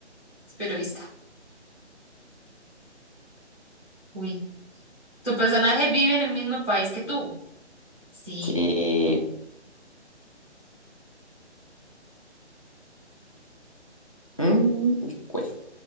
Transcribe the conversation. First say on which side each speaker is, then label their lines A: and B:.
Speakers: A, on the left; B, on the left.
A: es periodista. Uy. ¿Tu personaje vive en el mismo país que tú? Sí.
B: sí, mm, cuesta.